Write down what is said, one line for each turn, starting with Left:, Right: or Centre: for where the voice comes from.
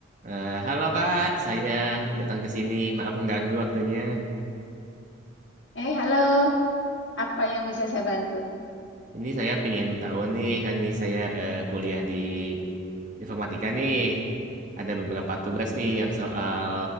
Right: Eh, halo Kak, saya datang ke sini. Maaf mengganggu waktunya.
Left: Eh, halo. Apa yang bisa saya bantu?
Right: Ini saya pingin tahu nih, hari ini saya eh, kuliah di informatika nih. Ada beberapa tugas nih yang soal